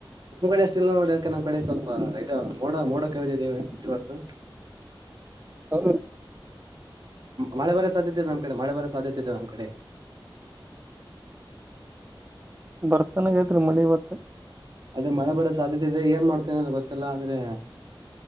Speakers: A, on the right; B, on the right.
A: ನಿಮ್ಮ್ ಕಡೆ ಅಷ್ಟ ಇಲ್ ನೋಡಕ ನಮ್ ಕಡೆ ಸ್ವಲ್ಪ ಇದು ಮೋಡ ಮೋಡಕಿದ್ದವೆ ಇವತ್ತು
B: ಹೌ
A: ಮಳೆ ಬರ ಸಾಧ್ಯತೆತೆ ನಮ್ಮ್ ಕಡೆ ಮಳೆ ಬರ ಸಾಧ್ಯತೆ ಇತೆದೆ ನಮ್ಮ್ ಕಡೆ
B: ಬರ್ತನಾಗಐತ್ರಿ ಮಡಿಿ ಇವತ್ತು
A: ಅದೇ ಮಳೆ ಬರೋ ಸಾಧ್ಯತೆ ಇದೆ ಏನ್ ಮಾಡ್ತೇನೆ ಅ ಗೊತ್ತಲ್ಲ ಆದ್ರೆ